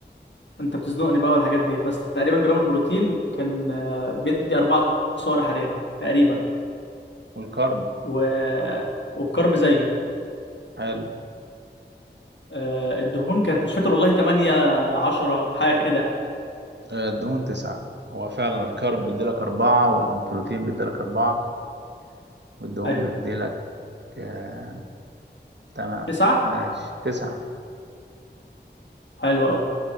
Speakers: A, on the left; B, on the right.
A: انت بتزنقني بقى والحاجات دي بس تقريبا جرام البروتين كان آه، بيدي اربعة سعر حراري تقريبا
B: والكرب
A: و... والكرب زيه
B: حلو
A: آه، الدهون كانت مش فاكر والله 8 10 حاجه كده يعني
B: آه، الدهون تسعة هو فعلا الكارب بيديلك أربعة والبروتين بيديلك أربعة والدهون
A: ايوه
B: بتديلك آه... تمام
A: 9
B: ماشي تسعة
A: حلو قوي